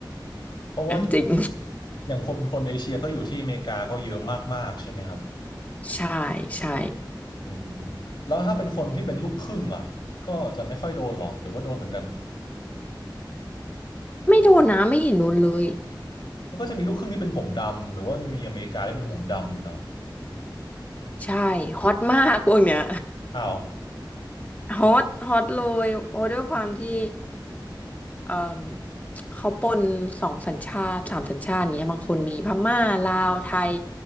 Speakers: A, on the left; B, on the left.
A: <laughs>
B: เพราะว่า
A: เออจริง
B: อย่างคนคนเอเชียก็อยู่ที่อเมริกาก็เยอะมากๆใช่ไหมครับ
A: <laughs> ใช่ใช่
B: อืมแล้วถ้าเป็นคนที่เป็นลูกครึ่งอ่ะก็จะไม่ค่อยโดนเหรอ หรือว่าโดนเหมือนกัน
A: ไม่โดนนะไม่เห็นโดนเลย
B: มันก็จะมีลูกครึ่งที่เป็นผมดำหรือว่าจะมีอเมริกาที่เป็นผมดำอยู่แล้ว
A: ใช่ฮอตมากพวกเนี้ย
B: อ้าว
A: ฮอตฮอตเลยเพราะด้วยความที่ เอ่อเขาปนสองสัญชาติสามสัญชาติอย่างเงี้ยบางคนมีพม่าลาวไทย